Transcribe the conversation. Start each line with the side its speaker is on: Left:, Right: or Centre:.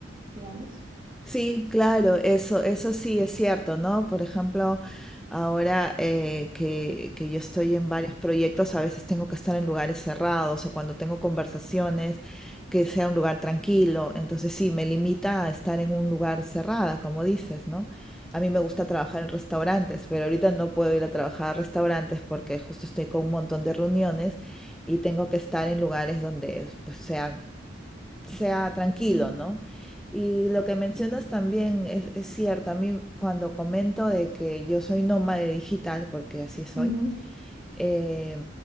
Right: digamos.
Centre: Sí, claro, eso, eso sí es cierto, ¿no? Por ejemplo, ahora eh, que, que yo estoy en varios proyectos, a veces tengo que estar en lugares cerrados o cuando tengo conversaciones, que sea un lugar tranquilo. Entonces sí, me limita a estar en un lugar cerrada, como dices, ¿no? A mí me gusta trabajar en restaurantes, pero ahorita no puedo ir a trabajar a restaurantes porque justo estoy con un montón de reuniones y tengo que estar en lugares donde pues sea sea tranquilo,
Right: Ujú,
Centre: ¿no? Y lo que mencionas también es, es cierto. A mí cuando comento de que yo soy nómade digital, porque así soy,
Right: ujú,
Centre: eh,